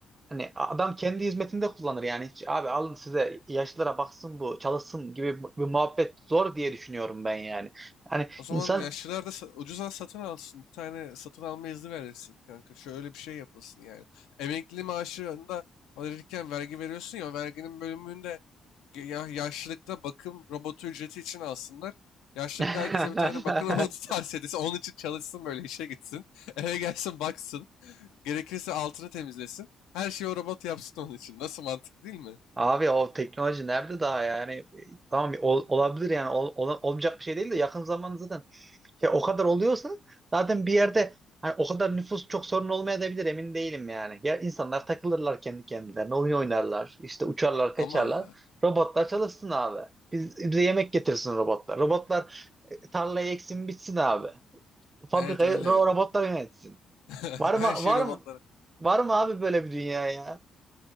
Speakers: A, on the right (about 30°); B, on the left (about 80°).
A: Hani adam kendi hizmetinde kullanır yani hiç abi alın size yaşlılara baksın bu çalışsın gibi bir muhabbet zor diye düşünüyorum ben yani. Hani
B: O zaman
A: insan
B: yaşlılar da sa- ucuza satın alsın. Bir tane satın alma izni verilsin kanka. Şöyle bir şey yapılsın yani. Emekli maaşında alırken vergi veriyorsun ya o verginin bölümünde ya yaşlılıkta bakım robotu ücreti için alsınlar. Yaşlılıkta
A: <laughs>
B: herkese bir tane bakım robotu <laughs> tavsiye edilsin. Onun için çalışsın böyle işe gitsin. <laughs> Eve gelsin baksın. Gerekirse altını temizlesin. Her şeyi o robot yapsın onun için. Nasıl mantıklı değil mi?
A: abi o teknoloji nerede daha yani tamam ol- olabilir yani Ol- ol- olmayacak bir şey değil de yakın zamanda zaten Ya o kadar oluyorsa zaten bir yerde hani o kadar nüfus çok sorun olmayabilir emin değilim yani. Ya insanlar takılırlar kendi kendilerine, oyun oynarlar, işte uçarlar, kaçarlar.
B: Ama
A: Robotlar çalışsın abi. Biz, bize yemek getirsin robotlar. Robotlar e, tarlayı eksin bitsin abi. Fabrikayı
B: evet öyle.
A: ro- robotlar yönetsin.
B: <laughs>
A: Var mı
B: Her
A: var
B: şey robotlara.
A: mı
B: <laughs>
A: var mı abi böyle bir dünya ya?